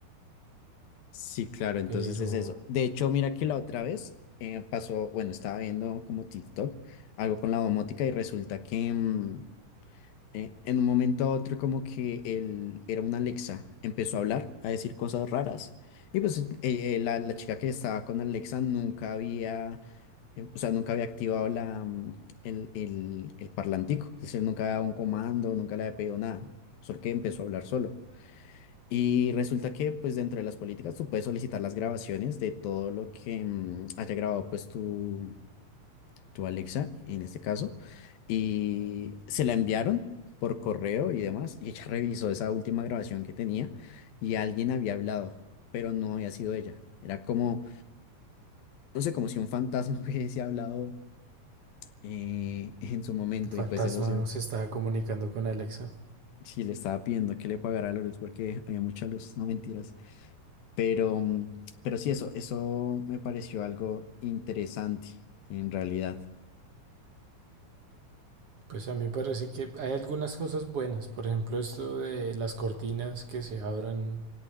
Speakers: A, on the left (about 85°); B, on the right (about 50°).
A: Sí, claro, entonces
B: pero
A: es eso. De hecho, mira que la otra vez eh, pasó, bueno, estaba viendo como TikTok, algo con la domótica y resulta que mm, eh, en un momento a otro como que él era una Alexa, empezó a hablar, a decir cosas raras. Y pues eh, eh, la, la chica que estaba con Alexa nunca había, em, o sea, nunca había activado la, mm, el, el, el parlantico, es decir, nunca había dado un comando, nunca le había pedido nada, solo que empezó a hablar solo. Y resulta que, pues, dentro de las políticas, tú puedes solicitar las grabaciones de todo lo que mm, haya grabado, pues, tu, tu Alexa, en este caso. Y se la enviaron por correo y demás. Y ella <laughs> revisó esa última grabación que tenía y alguien había hablado, pero no había sido ella. Era como, no sé, como si un fantasma <laughs> hubiese hablado eh, en su momento.
B: un fantasma
A: Y pues eso sí,
B: se estaba comunicando con Alexa.
A: sí le estaba pidiendo que le pagara la luz porque había mucha luz, no mentiras. Pero, mm, pero sí, eso, eso me pareció algo interesante en realidad.
B: Pues a mí parece que hay algunas cosas buenas, por ejemplo esto de las cortinas que se abran